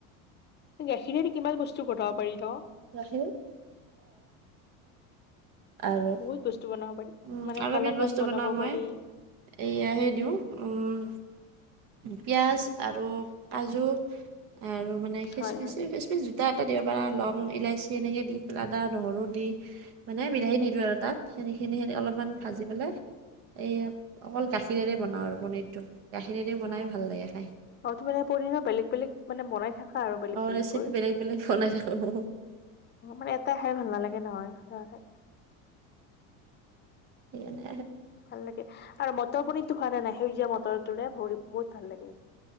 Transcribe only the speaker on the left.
গাখীৰ কিমান বস্তু বনাব পাৰি ন।
বহুত বস্তু বনাব পাৰি
মানে
কালাকান
বনাব
পাৰি।
হয় হয়
উম
উম
অ',
আৰু তোমাৰ <unintelligible> পনীৰো বেলেগ বেলেগ মানে বনাই থাক খা, আৰু বেলেগ বেলেগ
কৰি অ,
মানে এটাই খাই ভাল নালাগে নহয়। <unintelligible>
ভাল লাগে আৰু মটৰ পনীৰতো খোৱানে নাই? সেউজীয়া মটৰটোৰে ভৰি-বহুত ভাল লাগে।